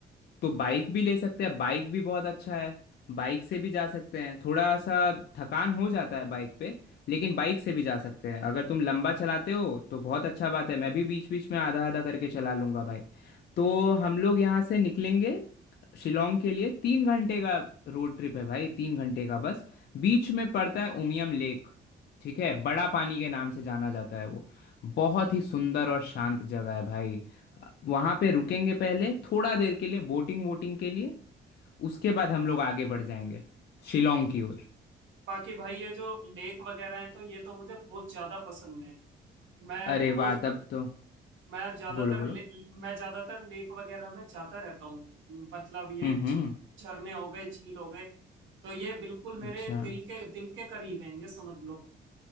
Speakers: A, on the left (about 55°); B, on the right (about 70°).
A: तो बाइक भी ले सकते हैं बाइक भी बहुत अच्छा है बाइक से भी जा सकते हैं थोड़ा सा थकान हो जाता है बाइक पे लेकिन बाइक से भी जा सकते हैं अगर तुम लंबा चलाते हो तो बहुत अच्छा बात है मैं भी बीच बीच में आधा आधा करके चला लूंगा भाई तो हम लोग यहाँ से निकलेंगे शिलोंग के लिए तीन घंटे का रोड ट्रिप है भाई तीन घंटे का बस बीच में पड़ता है उमियम लेक ठीक है बड़ा पानी के नाम से जाना जाता है वो बहुत ही सुंदर और शांत जगह है भाई वहां पे रुकेंगे पहले थोड़ा देर के लिए बोटिंग वोटिंग के लिए उसके बाद हम लोग आगे बढ़ जाएंगे शिलोंग की ओर
B: बाकी भाई ये जो लेक वगैरह हैं तो ये तो मुझे बहुत ज्यादा पसंद है मैं
A: अरे
B: मोस्ट
A: वाह तब तो
B: मैं ज्यादातर
A: बोलो बोलो
B: ले- मैं ज्यादातर लेक वगैरह में जाता रहता हूँ मतलब ये
A: हम्म
B: झर-
A: हम्म
B: झरने हो गए झील हो गए तो ये बिल्कुल मेरे
A: अच्छा
B: दिल के दिल के करीब हैं ये समझ लो